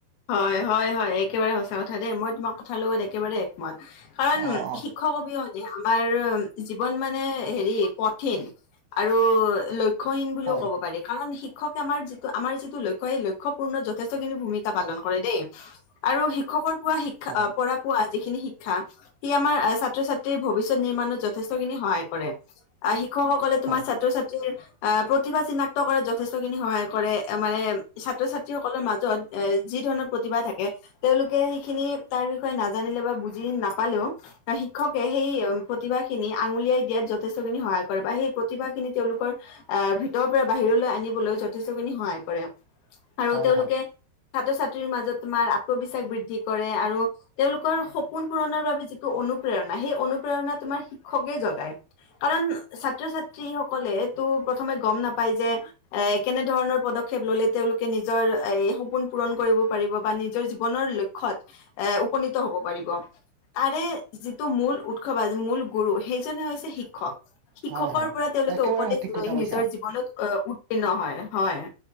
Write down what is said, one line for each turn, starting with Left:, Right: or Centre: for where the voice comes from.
Left: হয়, হয়, হয়। একেবাৰে সঁচা কথা দেই মই তোমাক কথা লগত একেবাৰে এক কাৰণ
Right: অ', অ',
Left: শিক্ষক অবিহনে আমাৰ জীৱন মানে হেৰি কঠিন আৰু লক্ষ্য লক্ষ্যহীন বুলিও
Right: হয়,
Left: ক'ব পাৰি কাৰণ শিক্ষকে আমাৰ যিটো আমাৰ যিটো লক্ষ্য সেই লক্ষ্যপূৰ্ণত যথেষ্টখিনি ভূমিকা পালন কৰে দেই আৰু শিক্ষকৰ পোৱা শিক্ষা
Right: হয়,
Left: পৰা পোৱা যিখিনি শিক্ষা সি আমাৰ ছাত্ৰ ছাত্ৰীৰ ভৱিষ্যত নিৰ্মাণত যথেষ্টখিনি সহায় কৰে শিক্ষকসকলে তোমাৰ
Right: হয়,
Left: ছাত্ৰ ছাত্ৰীৰ আহ প্ৰতিভা চিনাক্ত কৰাত যথেষ্টখিনি সহায় কৰে, মানে ছাত্ৰ ছাত্ৰীসকলৰ মাজত এ যি ধৰণৰ প্ৰতিভাথাকে। তেওঁলোকে সেইখিনি তাৰ বিষয়ে নাজানিলে বা বুজি নাপালেওঁ শিক্ষকে সেই প্ৰতিভা খিনি আঙুলিয়াই দিয়াত যথেষ্টখিনি সহায় কৰে বা সেই প্ৰতিভা খিনি তেওঁলোকৰ আহ ভিতৰৰ পৰা বাহিৰলৈ আনিবলৈ যথেষ্টখিনি সহায় কৰে আৰু
Right: হয়,
Left: তেওঁলোকে
Right: হয়,
Left: ছাত্ৰ ছাত্ৰীৰ মাজত তোমাৰ আত্মবিশ্বাস বৃদ্ধি কৰে আৰু তেওঁলোকৰ সপোন পূৰণৰ বাবে যিটো অনুপ্ৰেৰণা সে অনুপ্ৰেৰণা তোমাৰ শিক্ষকে জগাই কাৰণ ছাত্ৰ ছাত্ৰীসকলে প্ৰথমে গম নাপায় যে এ কেনেধৰণৰ পদক্ষেপ ল'লে তেওঁলোকে নিজৰ সপোন পূৰণ কৰিব পাৰিব বা নিজৰ জীৱনৰ লক্ষত এ উপনীত হ'ব পাৰিব। তাৰে যিটো মূল উৎসৱ আ মূল গুৰু সেইজনে হৈছে শিক্ষক শিক্ষকৰ
Right: হয়, হয়,
Left: পৰা তেওঁলোকে
Right: একেবাৰে
Left: উপদেশ
Right: সঠিক
Left: লৈ
Right: কথা কৈছা
Left: নিজৰ জীৱনত ও'ত্তিন্ন হয় হয়।